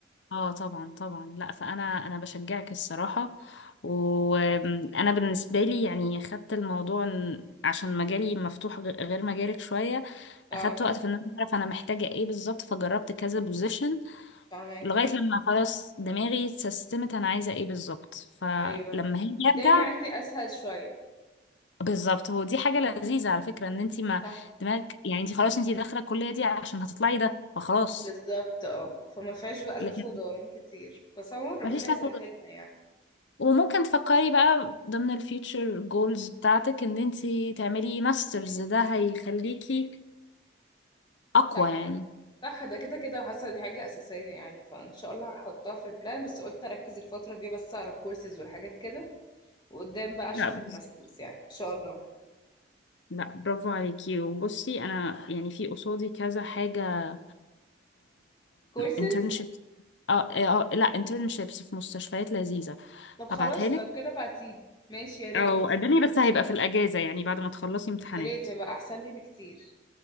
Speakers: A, on the left; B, on the left.
A: اه طبعا طبعا لا فانا انا بشجعك الصراحه وانا بالنسبه لي يعني خدت الموضوع إن- عشان مجالي مفتوح غ- غير مجالك شويه
B: اه
A: اخدت وقت في ان انا اعرف انا محتاجه ايه بالظبط فجربت كذا بوزيشن
B: فاهمك
A: لغايه لما خلاص دماغي اتسيستمت انا عايزه ايه بالظبط فلما
B: ايوه
A: هي
B: الدنيا
A: ارجع
B: عندي اسهل شوية
A: بالظبط ودي حاجه لذيذه على فكره ان انت ما
B: صح
A: دماغك يعني انت خلاص انت داخله الكليه دي عشان هتطلعي ده فخلاص
B: بالظبط اه فما فيهاش بقى
A: لكن
B: لف ودوران كتير بس عموما ربنا
A: مفيش
B: يسهلها
A: لك
B: يعني
A: وممكن تفكري بقى ضمن الفيوتشر جولز بتاعتك ان انتي تعملي ماسترز ده هيخليكي اقوى
B: صح
A: يعني
B: ما. صح ده كده كده حاسة دي حاجة أساسية يعني فإن شاء الله هحطها في البلان بس قلت أركز الفترة دي بس على الكورسز والحاجات كده وقدام بقى أشوف
A: لا
B: الماسترز
A: بس-
B: يعني إن شاء الله
A: لا برافو عليكي وبصي انا يعني في قصادي كذا حاجة
B: كورسز
A: انترنشيبس اه آه، آه، لا انترنشيبس في مستشفيات لذيذة
B: طب خلاص
A: هبعتها لك
B: لو كده بعتيلي ماشي يا ريت
A: او قدمي بس هيبقى في الاجازة يعني بعد ما تخلصي امتحانات
B: يا ريت يبقى احسن لي بكتير